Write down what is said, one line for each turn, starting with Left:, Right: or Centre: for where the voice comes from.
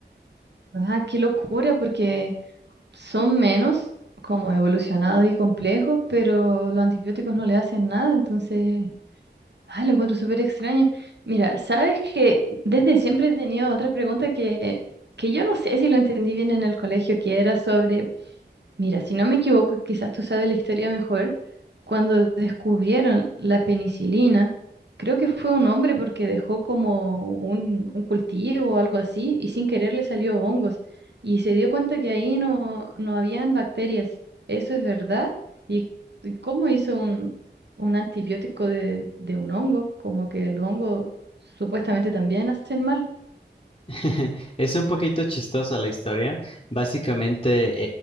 Right: Ah, qué locura, porque son menos como evolucionados y complejos, pero los antibióticos no le hacen nada, entonces, ay, lo encuentro súper extraño. Mira, sabes que desde siempre he tenido otra pregunta que, que yo no sé si lo entendí bien en el colegio, que era sobre Mira, si no me equivoco, quizás tú sabes la historia mejor, cuando descubrieron la penicilina, creo que fue un hombre porque dejó como un, un cultivo o algo así y sin querer le salió hongos y se dio cuenta que ahí no, no habían bacterias. ¿Eso es verdad? ¿Y y cómo hizo un, un antibiótico de, de un hongo? Como que el hongo supuestamente también hacen mal.
Left: <laughs> Es un poquito chistosa la historia. Básicamente,